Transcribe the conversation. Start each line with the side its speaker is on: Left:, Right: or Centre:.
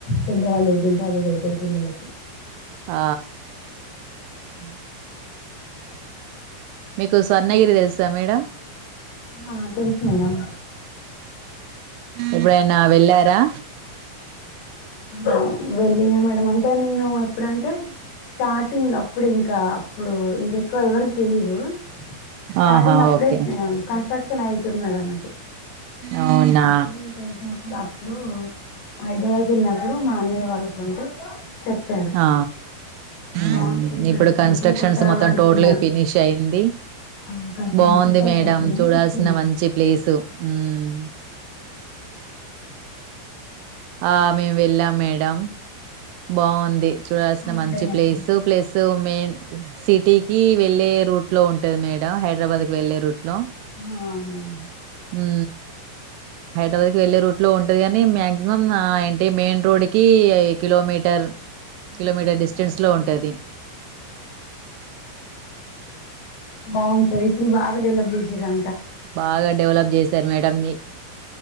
Left: పెద్దవాళ్ళు ఏదింటే అది వెడతరు బిల్లలకి
Right: ఆ
Left: హ్మ్
Right: కు స్వర్ణగిరి తెలుసా మేడం
Left: ఆ తెలుసు మేడం
Right: ఎపుడైనా వెళ్ళారా
Left: వెళ్ వెళ్ళిన మేడమ్ అంటే నేను ఇప్పుడంటే స్టార్టింగ్ అప్పుడు ఇంకా అప్పుడు ఇంకెక్కువ ఎవరికి తెలీదు స్టార్టింగ్
Right: ఆహా
Left: అప్పుడే
Right: ఓకే
Left: ఆ కన్స్ట్రక్షన్ అవుతున్నది అన్నట్టు
Right: అవునా
Left: అప్పుడు తెలిసినప్పుడు అప్పుడు హైద్రవాద్ చిన్నప్పుడు మా అన్నయ్య వాళ్ళకి ఉంటే అ చెప్ప్యారు
Right: ఆ
Left: బాగుంటది
Right: ఉమ్,
Left: ఇక్కడ
Right: ఇప్పుడు
Left: ఒక
Right: కన్స్ట్రక్షన్స్
Left: టెంపుల్ కొత్తగా
Right: మొత్తం
Left: కడుతున్నారు.
Right: టోటల్ గా ఫినిష్ అయింది
Left: ఆ కడుతు
Right: బాగుంది
Left: కొత్తగా
Right: మేడం
Left: కడుతురని
Right: చూడాల్సిన
Left: తీసుకెళ్ళారు.
Right: మంచి ప్లేసు మ్మ్. ఆ మేము వెళ్ళాం మేడం బాగుంది చూడాల్సిన
Left: కంప్లీట్
Right: మంచి
Left: అయినాక
Right: ప్లేస్
Left: వెళ్ళిరా
Right: ప్లస్ మెయిన్ సిటీకి వెళ్ళే దూట్ లో ఉంటే మేల్ హైదరాబాద్కి వెళ్ళలే రూట్ లో
Left: ఆ అవునవును
Right: ఉ హైదరాబాద్కి వెళ్లే రూట్ లో ఉంటాడు కానీ మ్యా మక్మం ఏంటి మెయిన్ రోడ్ క కిలోమీటర్ కిలోమీటర్ డిస్టెన్స్ లో ఉంటుది
Left: బాగుంటది ఇప్పుడు బాగా డవలప్ చేసిారు అే
Right: బాగా డెవలప్ చేసారు మేడంని